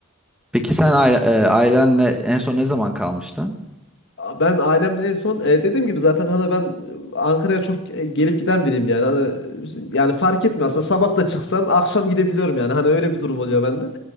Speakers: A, in the centre; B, on the left.
A: Peki sen aile, e, ailenle en son ne zaman kalmıştın?
B: Ben ailemle en son e, dediğim gibi zaten hani ben e, Ankara'ya çok e, gelip giden biriyim yani. Hani, e, yani fark etmiyor aslında sabah da çıksam akşam gidebiliyorum yani. Hani öyle bir durum oluyor bende.